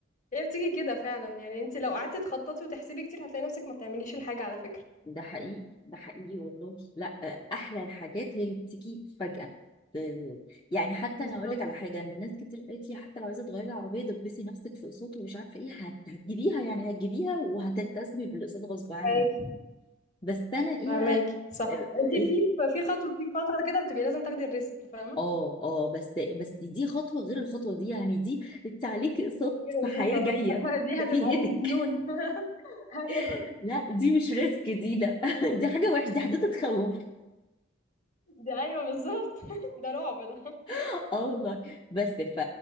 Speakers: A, on the left; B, on the left.
A: هي بتيجي كده فعلا يعني انت لو قعدتي تخططي وتحسبي كتير هتلاقي نفسك ما بتعمليش الحاجه على فكره
B: ده حقيقي ده حقيقي والله لا آه، احلى الحاجات هي اللي بتيجي فجأة ب- يعني حتى
A: بالضبط
B: انا هقول لك على حاجه إن الناس كتير قالت لي حتى لو عايزه تغيري العربيه دبسي نفسك في اقساط ومش عارفه ايه هت- هتجيبيها يعني هتجيبيها وهتلتزمي بالاقساط غصب عنك
A: فاهماكِ،
B: بس انا ايه
A: فاهماكِ،
B: بقى
A: صح.
B: اه آه،
A: أنتِ
B: إيه؟
A: في ف في خطوة في فترة كده بتبقي لازم تاخدي الrisk فاهمة؟
B: اه آه، بس بس دي خطوه غير الخطوه دي يعني دي انت عليكي اقساط
A: غير
B: في حياه
A: دي الصراحة
B: جايه
A: <laughs> دي
B: ده
A: هتبقى
B: في
A: عليكِ
B: هيدك
A: ديون <laughs> أيوه،
B: <laughs> لا دي مش ريسك دي لا <laughs> دي حاجه وحشه دي حدوته تخوف
A: دي أيوه بالضبط <laughs> ده رعب ده.
B: <laughs> اه والله بس ف...